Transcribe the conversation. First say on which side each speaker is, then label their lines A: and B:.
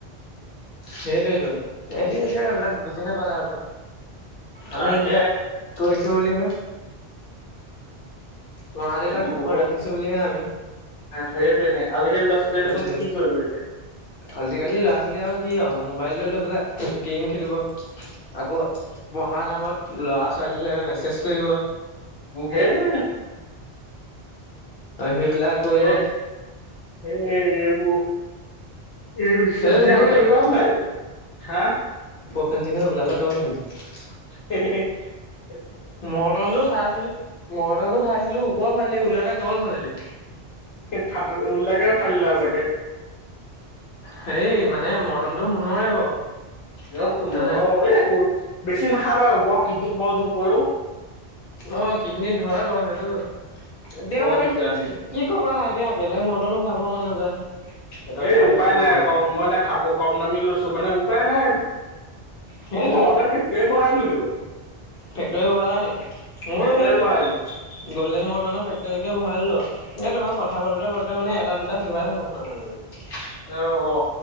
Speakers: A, on the left; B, on the left.
A: সেইটোৱেইটো এটো এতিয়া এইবিলাক বুজি নাপালে আকো আমি
B: তাকে
A: এতিয়া কৈছো বুলিহে। মা দেউতাক
B: এইবোৰ
A: সুখত
B: বহুত
A: ৰাখিছোঁ বুলিহে আমি।
B: সেইটোৱে আজিকালি ল'ৰা ছোৱালীয়ে
A: সেইটো
B: দেখোন কি কৰিব এতিয়া
A: আজিকালি ল'ৰা -ছোৱালী আৰু কি আৰু মোবাইলটো লৈ পেলাই গেম খেলিব। আকৌ পঢ়া নামত ল'ৰা ছোৱালীলৈ মেছেজ কৰিব
B: উম, সেইটোৱে
A: সেইবিলাক কৰিব।
B: সেই সেই এইবোৰ
A: সেইবিলাকে
B: বিহুত আহিবা
A: মানে
B: নে
A: অ
B: নাই হা।
A: ভাল্দিহে ওলালে তল ভালি <unintelligible>
B: হু হু হু <unintelligible>
A: মটন টো খাইছিল মটনটো খাইছিলো ওপৰ ফালেদি ওলালে তল ফালেদি।
B: ফ লাকে ফাল ল চাগে <unintelligible>
A: হেই মানে মৰটনটো সোণৰে বাৰু
B: এ শুন
A: কথা নাই
B: এই কত বেছি নাখাবা ব কদনিত ব জুপৰেও <unintelligible>
A: অ কিডনিত হয় বাৰু সেইটো এতিয়া
B: বৰ
A: মানে
B: দিগদাৰ দিগদাৰ
A: কি কবা এতিয়া বেলেগ মডনো খাব মন নাযায় এটকীয়া
B: এই
A: দুটকীয়া
B: উপায় নাই
A: মৰ্টন
B: ক মই এয়া খাব কম নামি লৈছো মানে উপায় নাই <unintelligible>
A: সেইটো
B: মই ঘৰতেটে ফেক্টৰী বহাই দিলো
A: ফেক্টৰী বহালা নি মোৰ
B: ফেক্টৰী
A: সেই
B: বহাই দিলো
A: গ'ল্ডেন মৰ্টনৰ ফেক্টৰীকে ভৰাই ললো আৰু এ তোমাৰ কথা পাতোতে পাটোতে মানে এটা দুটা <unintelligible> বাৰ <unintelligible> থাকক মাজে মাজে
B: অ অ